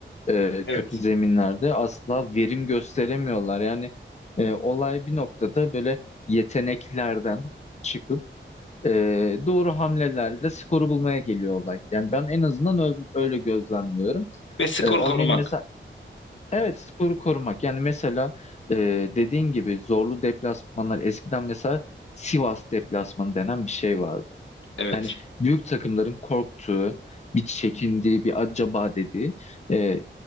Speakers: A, on the left; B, on the left.
A: e,
B: Evet.
A: kötü zeminlerde asla verim gösteremiyorlar. Yani e, olay bir noktada böyle yeteneklerden çıkıp e, doğru hamlelerle skoru bulmaya geliyor olay. Yani ben en azından öz- öyle gözlemliyorum.
B: Ve skoru
A: E, örneğin
B: korumak.
A: mesela evet skoru korumak. Yani mesela e, dediğin gibi zorlu deplasmanlar eskiden mesela Sivas deplasmanı denen bir şey vardı.
B: Evet.
A: Yani büyük takımların korktuğu, bir çekindiği, bir acaba dediği. e,